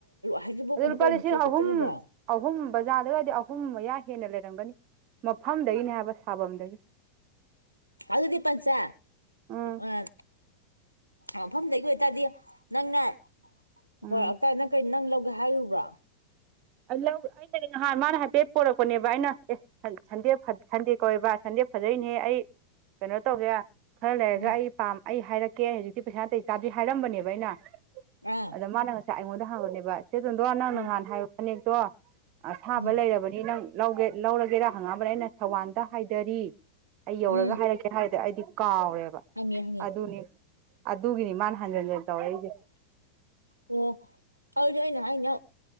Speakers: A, on the right; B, on the right.
A: ꯍꯩꯖꯤꯡꯄꯣꯠꯀꯨꯝꯕ
B: ꯑꯗꯨ ꯂꯨꯄꯥ
A: ꯀꯩꯒꯨꯝꯕ
B: ꯂꯤꯁꯤꯡ
A: ꯁꯦꯠꯄ
B: ꯑꯍꯨꯝ
A: ꯆꯠꯅꯕ꯭ꯔꯣ
B: ꯑꯍꯨꯝ ꯕꯖꯥꯔꯗꯒꯗꯤ ꯑꯍꯨꯝ ꯑꯍꯨꯝ ꯃꯌꯥ ꯍꯦꯟꯅ ꯂꯩꯔꯝꯒꯅꯤ ꯃꯐꯝꯗꯒꯤꯅꯦ ꯍꯥꯏꯕ ꯁꯥꯐꯝꯗꯒꯤ
A: ꯑꯗꯨꯗꯤ ꯄꯥꯆꯥ
B: ꯎꯝ
A: ꯑꯥ ꯃꯐꯝꯗꯒꯤ ꯑꯣꯏꯇꯥꯔꯗꯤ ꯅꯪꯅ
B: ꯎꯝ
A: ꯍꯣꯏ ꯑꯝꯇ ꯅꯪ ꯀꯩ ꯅꯪ ꯂꯧꯒꯦ ꯍꯥꯏꯔꯨꯕ꯭ꯔꯣ
B: ꯂꯧ ꯑꯩꯅꯗꯤ ꯅꯍꯥꯟ ꯃꯥꯅ ꯍꯥꯏꯐꯦꯠ ꯄꯣꯔꯛꯄꯅꯦꯕ ꯑꯩꯅ ꯑꯦ ꯁꯟꯗꯦ ꯁꯟꯗꯦ ꯀꯧꯋꯦꯕ ꯁꯟꯗꯦ ꯐꯖꯩꯅꯦ ꯑꯩ ꯀꯩꯅꯣ ꯇꯧꯒꯦ ꯈꯔ ꯂꯩꯔꯒ
A: ꯎꯝ
B: ꯑꯩ ꯄꯥꯝ ꯑꯩ ꯍꯥꯏꯔꯛꯀꯦ ꯑꯩ ꯍꯧꯖꯤꯛꯇꯤ ꯄꯩꯁꯥ ꯅꯥꯇꯩ ꯆꯥꯗ꯭ꯔꯤꯍꯥꯏꯔꯝꯕ ꯅꯦꯕ ꯑꯩꯅ
A: ꯑꯥ
B: ꯑꯗ ꯃꯥꯅ ꯉꯁꯥꯏ ꯑꯩꯉꯣꯟꯗ ꯍꯪꯕꯅꯦꯕ ꯆꯦꯇꯣꯟꯗꯣꯟ ꯅꯪꯅ
A: ꯎꯝ
B: ꯅꯍꯥꯟ ꯍꯥꯏꯕ ꯐꯅꯦꯛꯇꯣ ꯑꯁꯥꯕ
A: ꯎꯝ
B: ꯂꯩꯔꯕꯅꯤ ꯅꯪ ꯂꯧꯒꯦ ꯂꯧꯔꯒꯦꯔꯥ ꯍꯪꯉꯛꯑꯝꯕꯅꯤ ꯑꯩꯅ ꯊꯧꯕꯥꯟꯗ ꯍꯥꯏꯗꯔꯤ ꯑꯩ ꯌꯧꯔꯒ
A: ꯎꯝ
B: ꯍꯥꯏꯔꯛꯀꯦ ꯍꯥꯏꯔꯗꯤ ꯑꯩꯗꯤ ꯀꯥꯎꯔꯦꯕ
A: ꯍꯪꯉꯦ ꯍꯪꯉꯦ
B: ꯑꯗꯨꯅꯤ ꯑꯗꯨꯒꯤꯅꯤ ꯃꯥꯅ ꯍꯟꯖꯤꯟ ꯍꯟꯖꯤꯟ ꯇꯧꯔꯛꯢꯁꯦ
A: ꯑꯣ ꯑꯗꯨꯗꯤ ꯑꯩꯅ ꯍꯥꯏꯖꯤꯅ